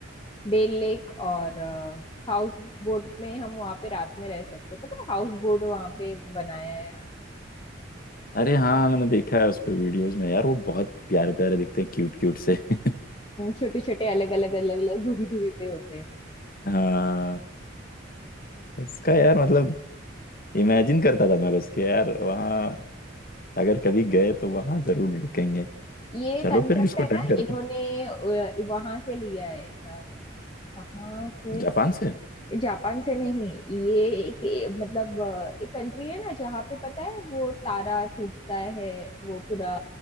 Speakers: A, on the left; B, on the left.
A: डेल लेक और हाउस बोट में हम वहाँ पे रात में रह सकते हैं पता है हाउस बोट वहाँ पे बनाया है
B: अरे हाँ मैंने देखा है उस पे वीडियोस में यार वो बहुत प्यारे प्यारे दिखते हैं क्यूट क्यूट से <laughs>
A: छोटे छोटे अलग अलग अलग अलग दूरी दूरी पे होते हैं
B: हाँ उसका यार मतलब इमेजिन करता था मैं बस के यार वहाँ अगर कभी गए तो वहाँ जरूर रुकेंगे
A: ये
B: चलो
A: कंसेप्ट
B: फिर इसको
A: है
B: डन
A: ना
B: करते
A: इन्होंने
B: हैं
A: वहां से लिया है यार, कहाँ से
B: जापान से
A: जापान से नहीं ये एक ए- मतलब अ, एक कंट्री है ना जहाँ पे पता है वो तारा टूटता है वो पूरा